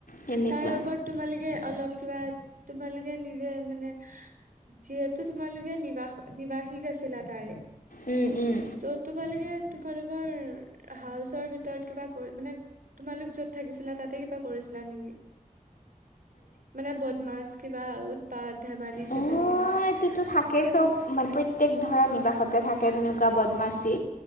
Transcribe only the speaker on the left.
তেনেকুৱা
উম উম
অ'
এইটোতো থাকেই চব মানে প্ৰত্যেক ধৰা নিবাসতে থাকে তেনেকুৱা বদমাচি,